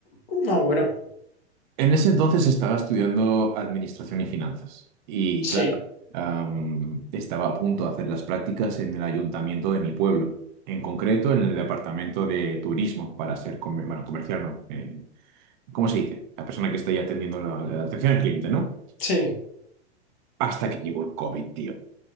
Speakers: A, on the left; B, on the right.
A: Ujú. No, bueno,
B: En ese entonces estaba estudiando administración y finanzas y
A: sí,
B: claro, am, estaba a punto de hacer las prácticas en el ayuntamiento de mi pueblo, en concreto en el departamento de turismo para ser, comer- bueno, comercial, ¿no? Eh, ¿cómo se dice? La persona que está ahí atendiendo la la atención al cliente, ¿no?
A: sí.
B: Hasta que llegó el COVID, tío.